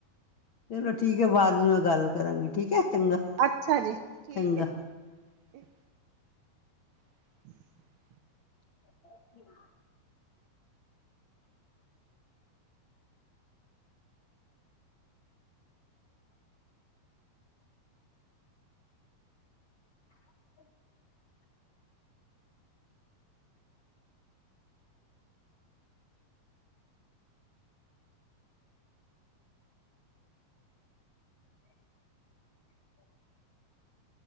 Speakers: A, on the left; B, on the right.
A: ਚਲੋ ਠੀਕ ਹੈ, ਬਾਅਦ ਚ ਮੈਂ ਗੱਲ ਕਰਾਂਗੀ, ਠੀਕ ਹੈ। ਚੰਗਾ
B: ਅੱਛਾ ਜੀ, ਠੀਕ
A: ਚੰਗਾ।
B: ਹੈ ਜੀ <inaudible>
A: <inaudible> <inaudible> <inaudible>